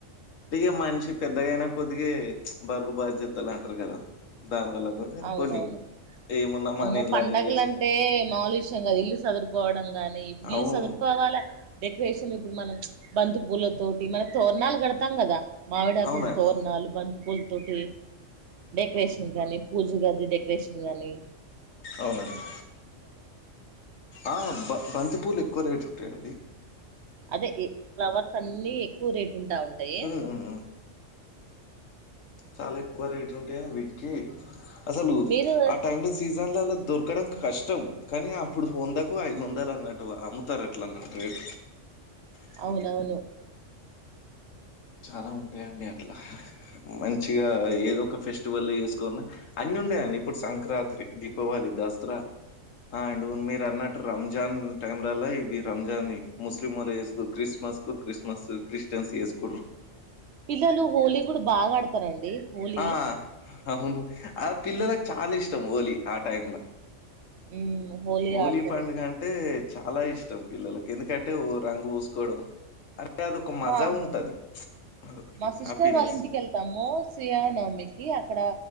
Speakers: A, on the left (about 80°); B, on the right (about 65°).
A: అంటే మనిషి పెద్దగాయినా కొద్దిగే బరువు బాధ్యతలు అంటారు కదా దాని వల్ల కూడా
B: అవునవును
A: కొన్ని ఏమున్నా మన
B: అమ్మో
A: ఇళ్ళల్నే
B: పండగలంటే
A: చేసుకో
B: మాములు విషయం కాదు ఇల్లు చదురుకోవడం గాని ఇల్లు
A: అవును
B: సదురు కొవాలే డెకరేషన్ ఇప్పుడు మనం బంతి పూల తోటి మనం తోరణాలు కడతాం కదా మామిడాకులది
A: అవునండి
B: తోరణాలు
A: అవును
B: బంతిపూలతోటి డెకరేషన్ కానీ పూజ గది డెకరేషన్ కానీ
A: అవునండి ఆ బ బంతి పూలు ఎక్కువ రేటు ఏమండి
B: అదే ఫ్లవర్స్ అన్ని ఎక్కువ రేటు ఉంటా ఉంటాయి
A: ఉమ్ ఉమ్ ఉమ్ చాలా ఎక్కువ రేటు ఉంటే వీటికి అసలు
B: మీరు
A: ఆ టైం లో సీజ్ సీజన్ లలో దొరకడం కష్టం కానీ అప్పుడు వందకు ఐదు వందలు అన్నట్టు అమ్ముతారు అట్లాన్న రేటు అట్లా
B: అవునవును
A: చాలా ఉంటాయండి అట్లా మంచిగా ఏదో ఒక ఫెస్టివల్ చేసుకొని అన్ని ఉండే అండి ఇప్పుడు సంక్రాంతి దీపావళి దసరా ఆ అండ్ మీరు అన్నట్టు రంజాన్ టైమ్ లోలా ఇవి రంజాన్ ముస్లిం వాళ్ళు చేసుకు క్రిస్మస్ క్రిస్మస్ కు క్రిస్మస్ క్రిస్టియన్స్ చేసుకుంట్రు
B: పిల్లోల్లు హోలీ కూడా బాగా ఆడతారండి హోలీ
A: ఆ! అవును ఆ పిల్లలకి చాలా ఇష్టం హోలీ ఆ టైమ్ లో
B: మ్మ్
A: హోలీ
B: ఆడతారు
A: పండుగ అంటే చాలా ఇష్టం పిల్లలకు ఎందుకంటే ఓ రంగు పూసుకోవడం అంటే అదొక మజా
B: మా
A: ఉంటది అదొకటి
B: మా సిస్టర్
A: హ్యాపీనెస్.
B: వాళ్ళ ఇంటికి వెళ్తము శ్రీరామ నవమి కి అక్కడ